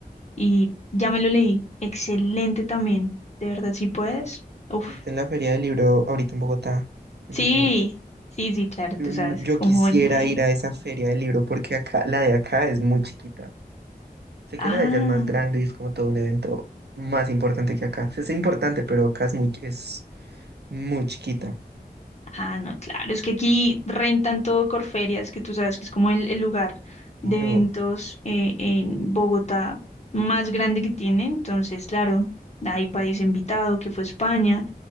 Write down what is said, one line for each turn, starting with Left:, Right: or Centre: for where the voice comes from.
Left: y ya me lo leí. Excelente también. De verdad, si puedes.
Right: Sí.
Left: Uf.
Right: Estuviste en la Feria del Libro ahorita en Bogotá, me
Left: Sí,
Right: imagino.
Left: sí, sí, claro,
Right: Yo,
Left: tú
Right: n-
Left: sabes
Right: yo
Left: cómo
Right: quisiera
Left: bueno. eh.
Right: ir a esa Feria del Libro porque acá, la de acá es muy chiquita. Sé que
Left: Ah.
Right: la de allá es más grande y es como todo un evento más importante que acá. O sea, Es importante, pero acá es muy, es muy chiquita.
Left: Ah, no, claro, es que aquí rentan todo Corferias, que tú sabes que es como el, el lugar
Right: Claro,
Left: de eventos eh, en Bogotá más grande que tiene. Entonces, claro, hay país invitado, que fue España,